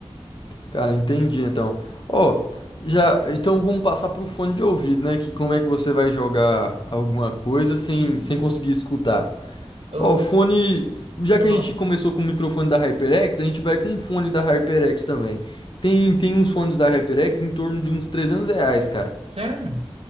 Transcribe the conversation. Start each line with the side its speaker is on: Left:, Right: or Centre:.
Left: cara, entendi então. Ó, já, então vamos passar pro fone de ouvido, né? Que como é que você vai jogar alguma coisa sem,
Right: Isso,
Left: sem
Right: isso.
Left: conseguir escutar?
Right: Eu-
Left: Ó, fone. Já que
Right: ah,
Left: a gente começou com o microfone da HyperX, a gente vai com um fone da HyperX também. Tem, tem uns fones da HyperX em torno de uns 300 reais, cara.
Right: sério?